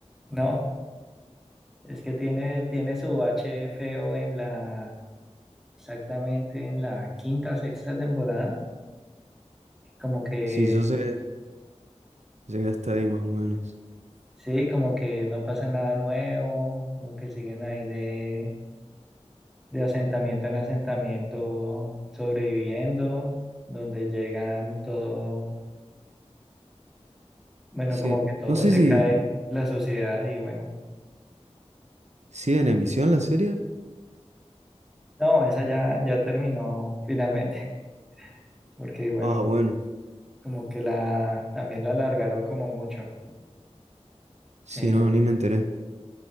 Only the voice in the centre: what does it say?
no, es que tiene, tiene su bache feo en la, exactamente en la quinta, sexta temporada, como que,
sí, como que no pasa nada nuevo, como que siguen ahí de, de asentamiento en asentamiento sobreviviendo, donde llegan todo Bueno,
como que todo
se
cae, la sociedad y bueno,
no, esa ya, ya terminó finalmente, <laughs> porque bueno,
como que la, también la alargaron como mucho.
Eh,